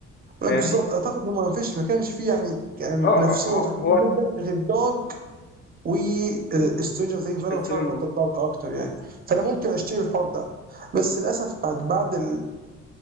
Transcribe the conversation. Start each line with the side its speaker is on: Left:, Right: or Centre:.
Left: فاهمني
Right: بالظبط اعتقد هم ما فيش ما كانش فيه يعني يعني منافسين
Left: اه آه، آه،
Right: واضحين
Left: هو
Right: جدا غير دارك و سترينجر ثينجز وانا
Left: السيرن
Right: بصراحه بفضل دارك اكتر يعني فانا ممكن اشتري الحوار ده بس للاسف بعد بعد ال-